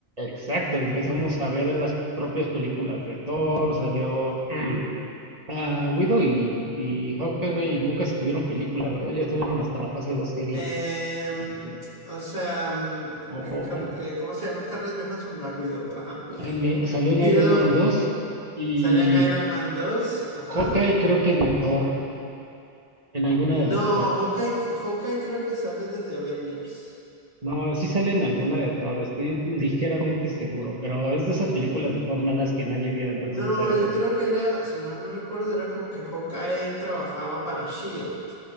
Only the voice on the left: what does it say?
Em,
o sea, mm,
Scar-
eh, ¿cómo se llama? Scarlett Johansson, Black Widow, ajá.
Widow
sale en Iron Man dos ajá.
No,
Hawkeye, Hawkeye creo que sale desde Avengers.
No,
yo creo que era, si mal no recuerdo, era como que Hawkeye trabajaba para Shield.